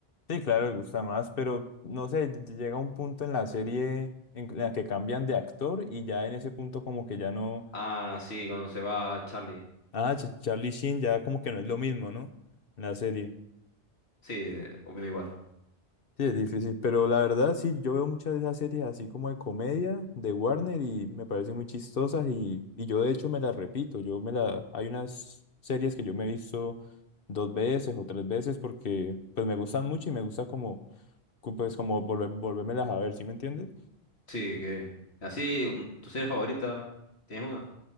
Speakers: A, on the left; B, on the left.
A: Sí, claro, me gusta más, pero no sé, ll- llega un punto en la serie en la que cambian de actor y ya en ese punto como que ya no,
B: Ah, sí, cuando se va Charlie.
A: ah, Ch- Charlie Sheen ya como que no es lo mismo, ¿no? En la serie.
B: Sí, opino igual.
A: Sí, es difícil, pero la verdad sí, yo veo muchas de esas series así como de comedia de Warner y me parecen muy chistosas y, y yo de hecho me las repito, yo me la, hay unas series que yo me he visto dos veces o tres veces porque pues me gustan mucho y me gusta como, cu- pues como volver, volvérmelas a ver, ¿sí me entiendes?
B: Sí, que... Así, un- ¿tu serie favorita? ¿Tienes una?